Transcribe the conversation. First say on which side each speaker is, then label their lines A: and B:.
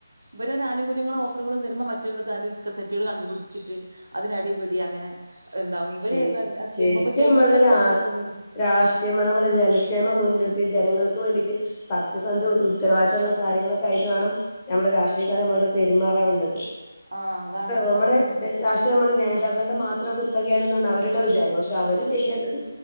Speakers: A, on the right; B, on the left.
A: ഇവരൊരു ആനുകൂല്യങ്ങളും ഓഫറുകളും തരുമ്പോ മറ്റ രടുത്ത് അതിലെ തെറ്റുകൾ കണ്ടുപിടിച്ചിട്ട് അതിനടിപടി അങ്ങനെ എന്താവും ഇവര്
B: ശ
A: നല്ല
B: ശരിക്കും
A: ചെയ്യുമ്പോ ചെയ്യുന്നവർക്ക്
B: നമ്മള രാ
A: ചെയ്യാൻ തോന്നൂല
B: രാഷ്ട്രീയം നമ്മുടെ ജനക്ഷേമം മുൻർത്തി ജനങ്ങൾക്ക് വേണ്ടിട്ട് സത്യസന്ധ ഉത്തരവാദ മുള്ള കാര്യങ്ങളൊക്കൊയിട്ടാണ് നമ്മൾ രാഷ്ട്രീയക്കാരെ നമ്മളോട് പെരുമാറാവേണ്ടത്
A: ആഹ് അതാണ്
B: നമ്മുടെ
A: അങ്ങനെയാണ് അത്
B: രാഷ്ട്രീയ നമ്മുടെ നേതാക്ക മാത്രം <unintelligible> ക്കെയണെന്നാണ് അവരുടെ വിചാരം പക്ഷേ അവര് ചെയ്യേണ്ടത്
A: ഉം.